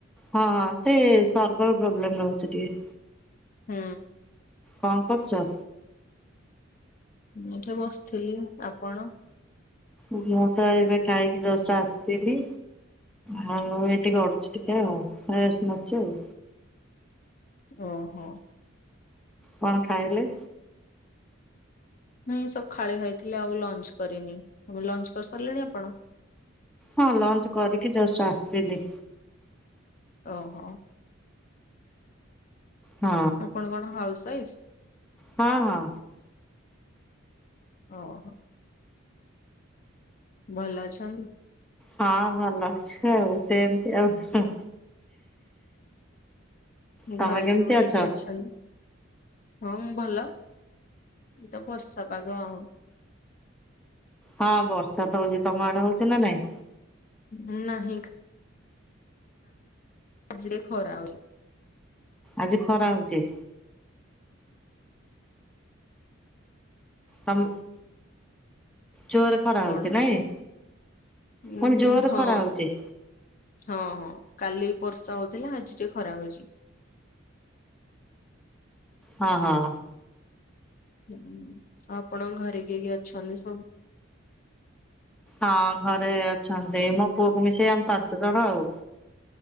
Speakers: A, in the centre; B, on the left.
A: ହଁ ହଁ ସେ ସର୍ଭର ପ୍ରୋବ୍ଲେମ ରହୁଛି ଟିକେ।
B: ହୁଁ।
A: କଣ କରୁଛ।
B: ଏଠି ବସିଥିଲି ଆପଣ?
A: ମୁଁ ତ ଏବେ ଖାଇକି ଜଷ୍ଟ ଆସିଲି। ହଁ ଏ ତିକ ଅଣଛି ଟିକେ ଆଉ ନଚ ଆଉ।
B: ଓହୋ।
A: କଣ ଖାଇଲେ?
B: ନାଇଁ ସକାାଳେ ଖାଇଥିଲି ଆଉ ଲଞ୍ଚ କରିନି ଆ ଲଞ୍ଚ କରିସାରିଲେଣି ଆପଣ?
A: ହଁ ଲଞ୍ଚ କରିକି ଜଷ୍ଟ ଆସିଲି।
B: ଓହୋ।
A: ହଁ
B: ଆପଣ କଣ ହାଉସୱାଇଫ୍?
A: ହଁ ହଁ।
B: ଓହୋ। ଭଲ ଅଛନ୍ତି?
A: ହଁ ଭଲ ଅଛୁ ଆଉ ସେମିତି ଆଉ। ତମେ
B: ଘରେ
A: କେମିତି
B: ସବୁ
A: ଅଛ?
B: କିଏ କିଏ ଅଛନ୍ତି? ହଁ ମୁଁ ଭଲ ମୁ ତ ବର୍ଷା ପାଗ ଆଉ।
A: ହଁ ବର୍ଷା ତ ହୋଉଚି ତମ ଆଡେ ହୋଉଚି ନା ନାଇଁ?
B: ହୁଁ ନାହିଁ। ଆଜିରେ ଖରା ହୋଉଚି।
A: ଆଜି ଖରା ହୋଉଚି। ତମ ଜୋରେ ଖରା
B: କଣ
A: ହୋଉଚି ନାଇଁ।
B: ଉଁ
A: ମୁଁ <unintelligible> ଜୋର
B: ହଁ
A: ଖରା ହୋଉଚି।
B: ହଁ ହଁ କାଲି ବର୍ଷା ହୋଉଥିଲା ଆଜି ଟିକେ ଖରା ହୋଉଚି।
A: ହଁ ହଁ।
B: ହୁଁ ଆପଣଙ୍କ ଘରେ କିଏ କିଏ ଅଛନ୍ତି ସବୁ?
A: ହଁ ଘରେ ଅଛନ୍ତି। ମୋ ପୁଅକୁ ମିଶେଇ ଆମେ ପାଞ୍ଚ ଜଣ ଆଉ।